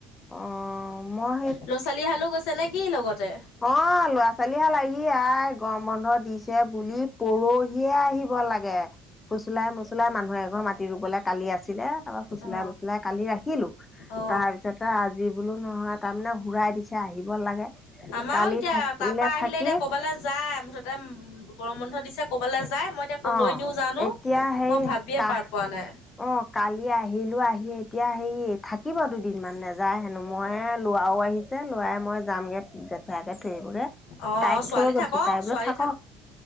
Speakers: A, on the left; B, on the left.
A: অ', মই
B: ল'ৰা ছোৱালী হালো গৈছে নেকি লগতে?
A: অঁ ল'ৰা ছোৱালীশাল আহি আই গম বন্ধ দিছে বুলি পৰহিয়ে আহি ব লাগে ফুচুলাই মচুলাই মানুহ এঘৰ মাটি ৰুবলে কালি আছিলে। তাৰপা ফুচুলাই
B: অ
A: মুছুলাই কালি ৰাখিলো।
B: অ
A: তাৰ পিছত তই আজি বোলো নহয়, তাৰমানে সুৰাই দিছে আহিব লাগে।
B: আমাৰো
A: কালি
B: এতিয়া
A: থাকিলে
B: তাৰপা আহিলে
A: থাকি
B: এতিয়া কবালৈ যায় মোথতে, তা গৰম বন্ধ দিছে কবালে যায় মই, এতিয়া কোলৈ
A: অ',
B: নিও জানো
A: এতিয়া হেৰি
B: মই ভাবিয়ে
A: কাহ
B: পাৰ পোৱা নাই।
A: অ কালি আহিলো আহি এতিয়া হেৰি থাকিব দুদিনমান নেযায় হেনো মই লৰাও আহিছে, ছে লৱাই মই যামগে জেঠায়েকে থৈ আহিব গে।
B: অ
A: তাইক
B: ছোৱালী
A: থৈ গৈছো
B: থাকক
A: তাই বোলো
B: ছোৱালী
A: থাকক